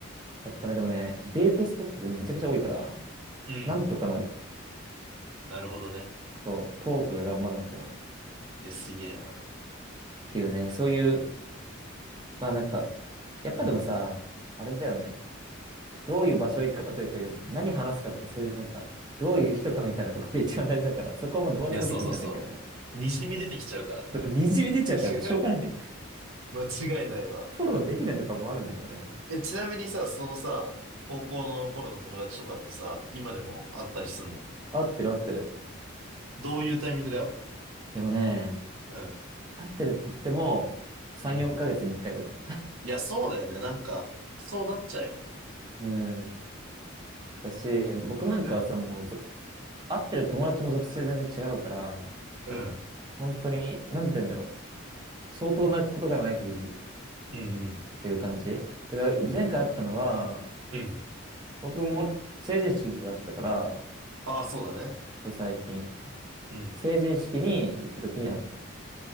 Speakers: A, on the right; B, on the right.
A: やっぱね、でもね、デートスポットめちゃくちゃ多いから、
B: うん。
A: なんとかなる。
B: なるほどね。
A: そう、トークが頑張んなくても。
B: いや、すげえな。
A: っていうね、そういう、まあなんか、やっぱでもさ、
B: うんうん。
A: あれだよね。どういう場所行くかというか、何話すかとか、そういうなんか、どういう人かみたいなとこが一番大事だから、そこはもうどうにもできんなんだけどね。
B: いや、そうそうそう。にじみ出てきちゃうからね。
A: にじみ出ちゃうからもうしょうがないね。
B: <laughs> 間違いないわ。
A: フォローできないとかもあるんだけどね。
B: え、ちなみにさ、そのさ、高校の頃の友達とかってさ、今でも会ったりすんの
A: 合ってる合ってる。
B: どういうタイミングで会うの
A: でもね、
B: うん。
A: 合ってるって言っても、3、
B: うん。
A: 4ヶ月に1回とか。
B: いや、そうだよね。なんか、そうなっちゃうよね。
A: うん。だし、僕なんかはさ、
B: うん。
A: もうぞ、合ってる友達も属性全然違うから、
B: うん。
A: 本当に、なんて言うんだろう。相当なことがない限りっ
B: うんうん。
A: ていう感じ。だから前回会ったのは、
B: うん。
A: 僕も成人式があったから、
B: ああ、そうだね。
A: そう最近。
B: うん。
A: 成人式に行った時に会ったっていう。